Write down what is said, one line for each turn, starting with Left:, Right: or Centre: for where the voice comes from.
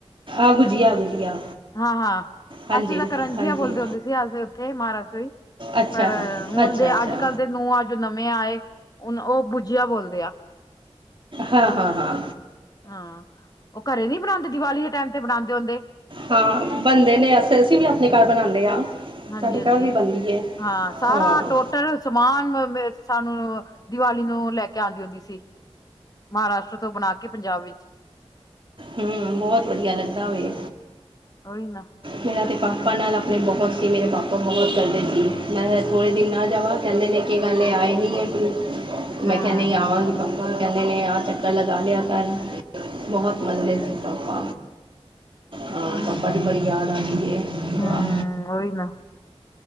Right: ਆ ਗੁਜੀਆ ਗੁਜੀਆ
Left: ਹਾਂ-ਹਾਂ
Right: ਹਾਂਜੀ
Left: ਅਸੀਂ ਤਾਂ ਕਰੰਜੀਆ
Right: ਹਾਂਜੀ
Left: ਬੋਲਦੇ ਹੁੰਦੇ ਸੀ ਅਸੀਂ ਉੱਥੇ ਮਹਾਰਾਸ਼ਟਰ ਵੀ
Right: ਅੱਛਾ
Left: ਪਰ ਹੁਣ
Right: ਅੱਛਾ
Left: ਦੇ
Right: ਅੱਛਾ
Left: ਅੱਜ ਕੱਲ੍ਹ ਦੇ ਨੂੰਆ ਜੋ ਨਵੇਂ ਆਏ ਹੁਨ ਉਹ ਬੂਜੀਆ ਬੋਲਦੇ ਆ।
Right: ਹਾਂ-ਹਾਂ-ਹਾਂ
Left: ਹਾਂ ਉਹ ਘਰੇ ਨੀ ਬਣਾਉਂਦੇ ਦੀਵਾਲੀ ਦੇ ਟਾਈਮ ਤੇ ਬਣਾਉਂਦੇ ਹੁੰਦੇ।
Right: ਹਾਂ ਬੰਦੇ ਨੇ ਅਸੀਂ ਵੀ ਆਪਣੇ ਘਰ ਬਣਾਉਂਦੇ ਹਾਂ।
Left: ਹਾਂਜੀ-ਹਾਂਜੀ।
Right: ਸਾਡੇ ਘਰ ਵੀ ਬਣਦੀ ਹੈ
Left: ਹਾਂ ਸਾਰਾ
Right: ਹਾਂ
Left: ਟੋਟਲ ਸਮਾਨ ਸਾਨੂੰ ਦੀਵਾਲੀ ਨੂੰ ਲੈ ਕੇ ਆਉਂਦੀ ਹੁੰਦੀ ਸੀ। ਮਹਾਰਾਸ਼ਟਰ ਤੋਂ ਬਣਾ ਕੇ ਪੰਜਾਬ ਵਿੱਚ
Right: ਹਮ ਬਹੁਤ ਵਧੀਆ ਲੱਗਦਾ
Left: ਹਮ
Right: ਵੇ।
Left: ਉਹੀ ਨਾ
Right: ਮੇਰਾ ਅਤੇ ਪਾਪਾ ਨਾਲ ਆਪਣੇ ਬਹੁਤ ਸੀ ਮੇਰੇ ਪਾਪਾ ਬਹੁਤ ਕਰਦੇ ਸੀ
Left: ਹਮ
Right: ਮੈਂ ਥੋੜੇ ਦਿਨ ਨਾ ਜਾਵਾਂ ਕਹਿੰਦੇ ਨੇ ਕੀ ਗੱਲ ਆਏ ਨੀ ਹੈ ਮੈਂ
Left: ਹਮ
Right: ਕਿਹਾ ਨਹੀਂ ਆਵਾਂਗੀ
Left: ਹਮ
Right: ਪਾਪਾ ਕਹਿੰਦੇ ਨੇ ਆਹ ਚੱਕਰ ਲਗਾ ਲਿਆ ਕਰ ਬਹੁਤ ਮਨਦੇ
Left: ਹਮ
Right: ਸੀ ਪਾਪਾ ਹਾਂ।
Left: ਉਹੀ
Right: ਪਾਪਾ
Left: ਨਾ
Right: ਦੀ ਬੜੀ ਯਾਦ ਆਉਂਦੀ ਵੈ।
Left: ਹਮ
Right: ਹਾਂ,
Left: ਉਹੀ ਨਾ